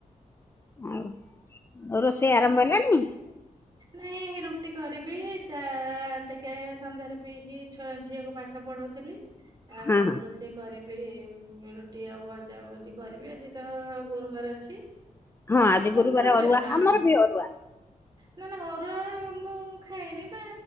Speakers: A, on the left; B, on the right.
A: ଆଉ ରୋଷେଇ ଆରମ୍ଭ <unintelligible>
B: ନାଇଁ ରୁଟି କରିବି ଚା ଟିକେ ସନ୍ଧ୍ୟାରେ ପିଇକି ଛୁଆ ଝିଅକୁ ପା ଠ ପଢଉଥିଲି ଆଉ
A: ହଁ ହଁ
B: ରୋଷେଇ କରିବି ଉମ୍ ରୁଟି ଆଉ ଭଜାଭଜି କରିବି ଆଜି ତ ଗୁରୁବାରେ ଅଛି।
A: ହଁ
B: ଆଉ
A: ଆଜି ଗୁରୁବାରେ
B: ରୁଟି
A: ଅରୁଆ
B: ହଁ
A: ଆମର ବି ଅରୁଆ।
B: ନା ନା ଅରୁଆ ମୁଁ ଖାଇନି ବା